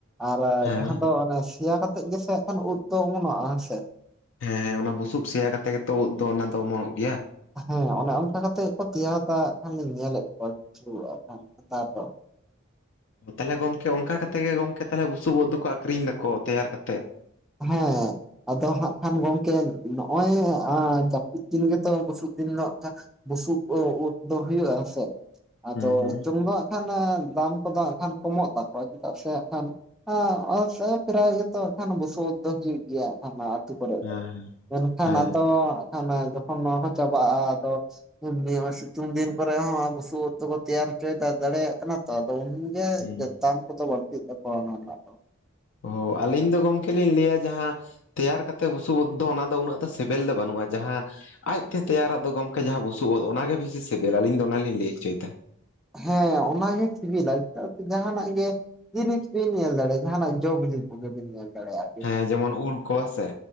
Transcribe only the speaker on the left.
ᱦᱮᱸ
ᱦᱮᱸ ᱦᱮᱸ ᱚᱱᱟ ᱵᱩᱥᱩᱵ ᱥᱮᱭᱟ ᱠᱟᱛᱮ ᱜᱮᱛᱚ ᱩᱫ ᱫᱚ ᱚᱱᱟ ᱫᱚ ᱚᱢᱚᱱᱚᱜ ᱜᱮᱭᱟ᱾
ᱛᱟᱞᱦᱮ ᱜᱚᱢᱠᱮ ᱚᱱᱠᱟ ᱠᱟᱛᱮ ᱜᱮ ᱜᱚᱢᱠᱮ ᱛᱟᱦᱞᱮ ᱵᱩᱥᱩᱵ ᱩᱫ ᱫᱚᱠᱚ ᱟᱠᱷᱨᱤᱧ ᱫᱟᱠᱚ ᱛᱮᱭᱟᱨ ᱠᱟᱛᱮᱫ᱾
ᱦᱩᱸ ᱦᱩᱸ
ᱦᱮᱸ
ᱦᱮᱸ
ᱦᱮᱸ
ᱦᱳ ᱟᱞᱤᱧ ᱫᱚ ᱜᱚᱢᱠᱮ ᱞᱤᱧ ᱞᱟᱹᱭᱟ ᱡᱟᱸᱦᱟ᱾ ᱛᱮᱭᱟᱨ ᱠᱟᱛᱮ ᱵᱩᱥᱩᱵ ᱳᱫ ᱫᱚ ᱚᱱᱟ ᱫᱚ ᱩᱱᱟᱹᱜ ᱫᱚ ᱥᱮᱵᱮᱞ ᱫᱚ ᱵᱟᱹᱱᱩᱜ-ᱟ ᱡᱟᱸᱦᱟ᱾ ᱟᱡ ᱛᱮ ᱛᱮᱭᱟᱨᱟᱜ ᱫᱚ ᱜᱚᱢᱠᱮ ᱡᱟᱸᱦᱟ ᱵᱩᱥᱩᱵ ᱳᱫ ᱚᱱᱟᱜᱮ ᱵᱮᱥᱤ ᱥᱮᱵᱮᱞᱟ ᱟᱞᱤᱧ ᱫᱚ ᱚᱱᱟᱞᱤᱧ ᱞᱟᱹᱭ ᱦᱚᱪᱚᱭ ᱫᱟ᱾
ᱦᱮᱸ ᱡᱮᱢᱚᱱ ᱩᱞ ᱠᱚ ᱦᱮᱥᱮ᱾